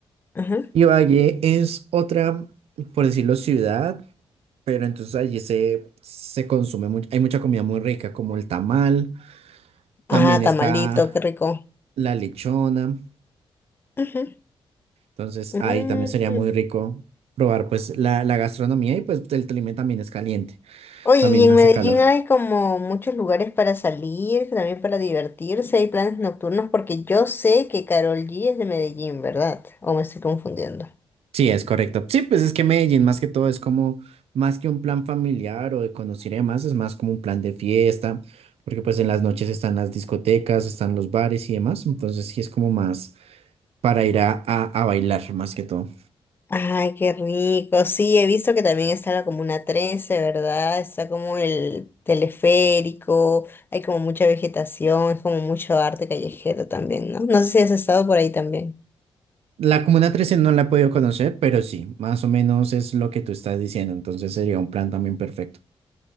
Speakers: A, on the left; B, on the right.
A: ajá.
B: Ibagué es otra, por decirlo, ciudad, pero entonces allí se, se consume mucho, hay mucha comida muy rica, como el tamal, también
A: Ah, tamalito,
B: está
A: qué rico.
B: la lechona.
A: Ujú.
B: Entonces
A: Mm.
B: ahí también sería muy rico probar pues la, la gastronomía y pues el Tolima también es caliente,
A: Oye,
B: también
A: y en
B: hace
A: Medellín
B: calor.
A: hay como muchos lugares para salir, también para divertirse, hay planes nocturnos, porque yo sé que Carol G es de Medellín, ¿verdad? ¿O me estoy confundiendo?
B: Sí, es correcto. Sí, pues es que Medellín más que todo es como más que un plan familiar o de conocer y demás, es más como un plan de fiesta, porque pues en las noches están las discotecas, están los bares y demás, entonces sí es como más para ir a, a, a bailar más que todo.
A: Ay, qué rico. Sí, he visto que también está la Comuna trece, ¿verdad? Está como el teleférico, hay como mucha vegetación, es como mucho arte callejero también, ¿no? No sé si has estado por ahí también.
B: La Comuna 13 no la he podido conocer, pero sí, más o menos es lo que tú estás diciendo, entonces sería un plan también perfecto.